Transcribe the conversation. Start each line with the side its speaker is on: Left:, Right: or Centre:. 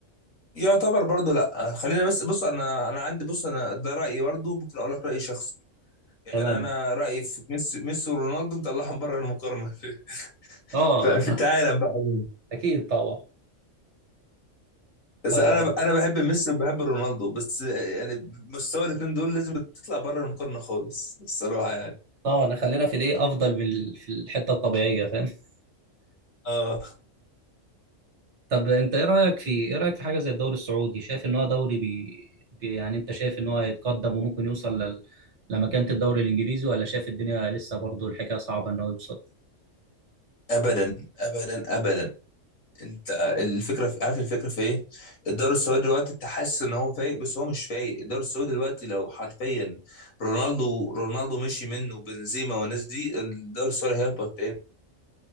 Left: يعتبر برضه لا خلينا بس بص انا انا عندي بص انا ده رايي برضه ممكن اقول لك راي شخصي يعني
Right: تمام
Left: انا رايي في ميسي ميسي ورونالدو نطلعهم بره المقارنه <laughs> في
Right: اه
Left: في في العالم
Right: <laughs>
Left: بقى عموماً.
Right: اكيد طبعا
Left: بس
Right: ف
Left: انا انا بحب ميسي وبحب رونالدو بس يعني مستوى الاثنين دول لازم تطلع بره المقارنه خالص الصراحه يعني
Right: اه نخلينا في الايه افضل من ال- في الحته الطبيعيه فاهم <laughs>
Left: اه
Right: طب انت ايه رايك في ايه رايك في حاجه زي الدوري السعودي شايف ان هو دوري بي... بي... يعني انت شايف ان هو هيتقدم وممكن يوصل لل... لمكانه الدوري الانجليزي ولا شايف الدنيا لسه برضه الحكايه صعبه ان هو يوصل
Left: ابدا ابدا ابدا انت الفكره في عارف الفكره في ايه الدوري السعودي دلوقتي انت حاسس ان هو فايق بس هو مش فايق الدوري السعودي دلوقتي لو حرفيا رونالدو رونالدو مشي منه بنزيما والناس دي الدوري السعودي هيهبط تاني